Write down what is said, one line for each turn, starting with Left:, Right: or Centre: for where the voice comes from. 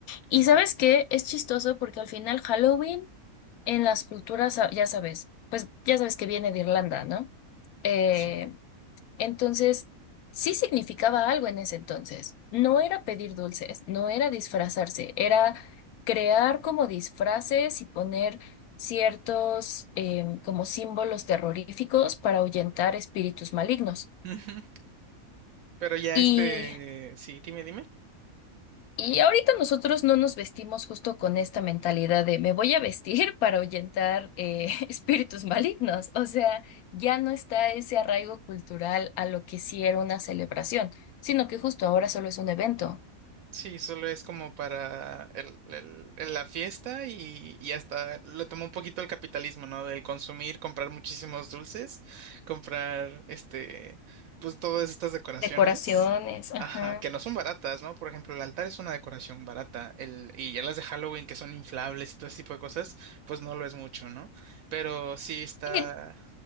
Left: Y
Right: claro,
Left: sabes qué, es chistoso porque al final Halloween en las culturas, ah, ya sabes, pues ya sabes que viene de Irlanda, ¿no? Eh,
Right: sí.
Left: entonces, sí significaba algo en ese entonces. No era pedir dulces, no era disfrazarse, era crear como disfraces y poner ciertos em, como símbolos terroríficos para ahuyentar espíritus malignos.
Right: Ujú, Pero ya
Left: Y,
Right: este, sí, dime, dime.
Left: y ahorita nosotros no nos vestimos justo con esta mentalidad de me voy a vestir <laughs> para ahuyentar eh, <laughs> espíritus malignos. O sea, ya no está ese arraigo cultural a lo que sí era una celebración, sino que justo ahora solo es un evento.
Right: Sí, solo es como para el- el- el- la fiesta y, y hasta le tomó un poquito el capitalismo, ¿no? Del consumir, comprar muchísimos dulces, comprar este, pues todas estas decoraciones,
Left: Decoraciones, ajá.
Right: ajá, que no son baratas, ¿no? Por ejemplo, el altar es una decoración barata, el, y ya las de Halloween que son inflables y todo ese tipo de cosas, pues no lo es mucho, ¿no? Pero sí está,
Left: Y,